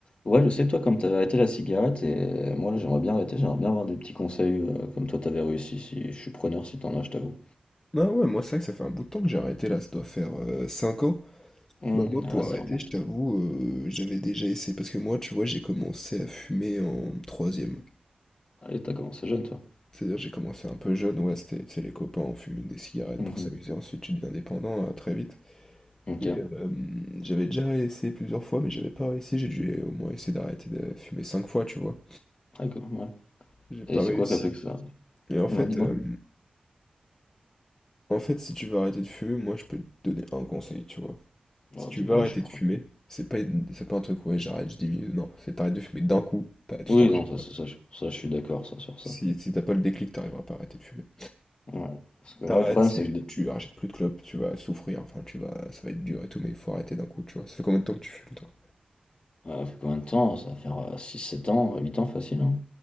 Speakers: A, on the left; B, on the left.
A: Ouais, je sais, toi, comme t'avais arrêté la cigarette, et moi, là, j'aimerais bien arrêter, j'aimerais bien avoir des petits conseils euh, comme toi, t'avais réussi, si je suis preneur, si t'en as, je t'avoue.
B: Ah ouais, moi c'est vrai que ça fait un bout de temps que j'ai arrêté là, ça doit faire euh, 5 ans.
A: Hum,
B: Bah moi pour
A: Ah, ça
B: arrêter,
A: remonte.
B: je t'avoue, euh, j'avais déjà essayé, parce que moi tu vois, j'ai commencé à fumer en troisième.
A: Ah, et t'as commencé jeune, toi.
B: C'est-à-dire j'ai commencé un peu jeune, ouais, c'était, tu sais, les copains, on fumait des cigarettes
A: Mhm.
B: pour s'amuser, ensuite tu deviens dépendant euh, très vite.
A: Ok,
B: Et euh, j'avais déjà essayé plusieurs fois, mais j'avais pas réussi, j'ai dû euh, au moins essayer d'arrêter de fumer 5 fois, tu vois.
A: d'accord, ouais.
B: J'ai pas
A: Et c'est
B: réussi.
A: quoi qui a fait que ça?
B: Et en
A: Ouais,
B: fait,
A: dis-moi.
B: euh, en fait, si tu veux arrêter de fumer, moi je peux te donner un conseil, tu vois.
A: Oh,
B: Si tu
A: dis-moi,
B: veux arrêter
A: je suis pro.
B: de fumer, c'est pas, une- c'est pas un truc, ouais, j'arrête, je diminue. Non, c'est t'arrêtes de fumer d'un coup, t'as- tu
A: Oui,
B: t'en rachètes.
A: non, ça, c'est ça, je, ça, je suis d'accord, ça, sur
B: Si,
A: ça.
B: si t'as pas le déclic, t'arriveras pas à arrêter de fumer.
A: Ouais. Parce que
B: T'arrêtes,
A: moi, le problème,
B: c'est-
A: c'est que je...
B: tu rachètes plus de clopes, tu vas souffrir, enfin, tu vas, ça va être dur et tout, mais il faut arrêter d'un coup, tu vois. Ça fait combien de temps que tu fumes, toi?
A: ça fait combien de temps? Ça va faire euh, 6-7 ans, 8 ans facile, hein?